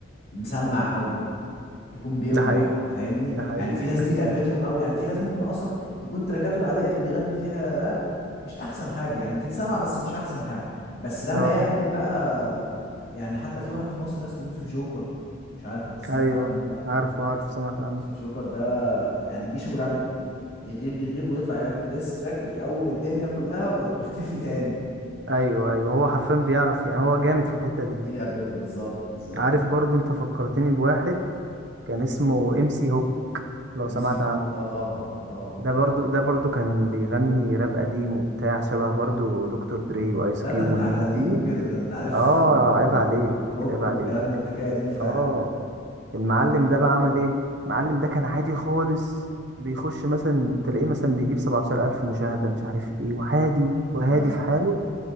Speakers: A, on the left; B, on the right.
A: مسمع قوي يكون بيوجع
B: ده حقيقي
A: فاهمني
B: ده حقيقي
A: يعني في ناس
B: ده
A: دي
B: حقيقي
A: لعبتهم قوي يعني في ناس ممكن اصلا تكون تراكاته العاديه اللي بيغني فيها راب مش احسن حاجه يعني تتسمع بس مش احسن حاجه بس لما
B: اه
A: يعمل بقى يعني حتى في واحد في مصر اسمه يوسف جوكر مش عارف انت سمعت
B: ايوه
A: عنه ولا لا
B: عارف عارف سمعت عنه
A: يوسف جوكر ده يعني دي شغلانته يغيب يغيب ويطلع يعمل ديستراك يقوم الدنيا كلها ويروح مختفي تاني
B: ايوه ايوه هو حرفيا بيعرف يعني هو جامد في الحتة دي
A: دي لعبته بالظبط بالظبط
B: عارف برضو انت فكرتني بواحد كان اسمه ام سي هوب لو سمعت
A: ام سي هوك
B: عنه
A: اه طبعا اه طبعا
B: ده برضو ده برضو كان بيغني راب قديم وبتاع شبه برضو دكتور دري وايس
A: لا
B: كيوب
A: ده انت
B: والناس
A: على قديم
B: دي
A: وكده ده انت عارف
B: اه
A: آه،
B: عيب عليك
A: هوك
B: عيب عليك
A: والكلام ده انت كده قديم فعلا
B: اه المعلم ده بقى عمل ايه المعلم
A: مم.
B: ده كان عادي خالص بيخش مثلا تلاقيه مثلا بيجيب 17000 مشاهدة مش عارف ايه وعادي وهادي
A: اه
B: في حاله